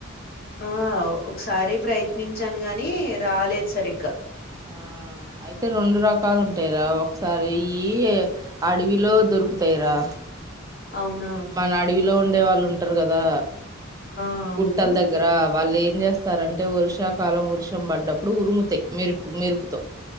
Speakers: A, on the left; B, on the right.
A: ఆ ఒకసారి ప్రయత్నించాను గాని రాలేదు సరిగ్గా
B: ఆ అయితే రెండు రకాలు ఉంటాయిరా ఒకసారి అయ్యి అడవిలో దొరుకుతాయిరా
A: అవునా
B: మన అడవిలో ఉండే వాళ్ళు ఉంటారు గదా
A: ఆ అవును
B: గుట్టల దగ్గర వాళ్ళేం చేస్తారంటే వర్షాకాలం వర్షం పడ్డప్పుడు ఉరుముతాయి మెరుపు మెరుపుతో